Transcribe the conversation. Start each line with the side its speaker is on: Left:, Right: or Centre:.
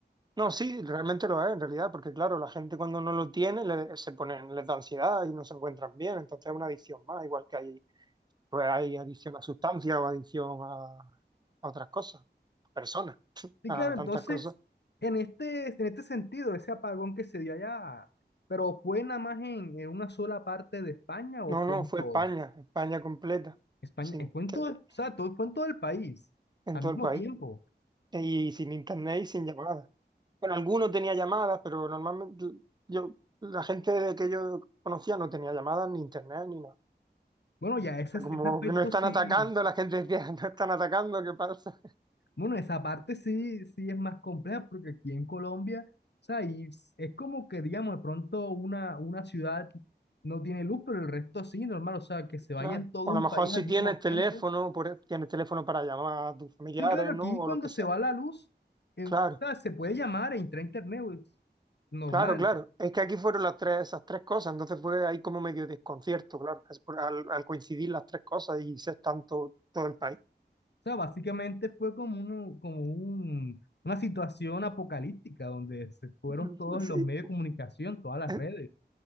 Right: No, sí, realmente lo es en realidad, porque claro, la gente cuando no lo tiene le- se ponen, les da ansiedad y no se encuentran bien, entonces es una adicción más, igual que hay, pues hay adicción a sustancias o adicción a, a otras cosas, a personas, <laughs>
Left: Sí,
Right: a
Left: claro,
Right: tantas
Left: entonces,
Right: cosas.
Left: en este, en este sentido, ese apagón que se dio allá, ¿pero fue nada más en, en una sola parte de España o
Right: No,
Left: fue
Right: no,
Left: en
Right: fue
Left: toda?
Right: España, España completa,
Left: España,
Right: sin
Left: eh, fue en
Right: tele,
Left: todo, o sea, todo, fue en todo el país,
Right: en
Left: al
Right: todo
Left: mismo
Right: el país,
Left: tiempo.
Right: y sin internet y sin llamadas. Bueno, algunos tenía llamadas, pero normalmente yo, la gente que yo conocía no tenía llamadas ni internet ni nada.
Left: Bueno, ya ese,
Right: sea,
Left: ese
Right: como
Left: aspecto
Right: que no están
Left: sí,
Right: atacando, la gente decía, <laughs> no están atacando, ¿qué pasa?
Left: bueno, esa parte sí, sí es más compleja, porque aquí en Colombia, o sea, y s- es como que, digamos, de pronto una, una ciudad no tiene luz, pero el resto sí, normal, o sea, que se vaya
Right: Claro.
Left: en todo
Right: O
Left: un
Right: a lo mejor
Left: país
Right: si
Left: al mismo
Right: tienes teléfono,
Left: tiempo.
Right: por- e, tienes teléfono para llamar a tus familiares,
Left: Sí, claro,
Right: ¿no?
Left: aquí
Right: O
Left: cuando
Right: lo que
Left: se
Right: sea.
Left: va la luz, eh, o
Right: Claro,
Left: sea, se puede llamar e entrar a internet, es normal,
Right: claro, claro. Es que aquí fueron las tres, esas tres cosas, entonces fue ahí como medio desconcierto, claro, es por- al, al coincidir las tres cosas y ser tanto todo el país.
Left: sea, básicamente fue como, uno- como un- una situación apocalíptica donde se fueron
Right: Mm,
Left: todos
Right: Sí,
Left: los medios de comunicación, todas las
Right: eh,
Left: redes.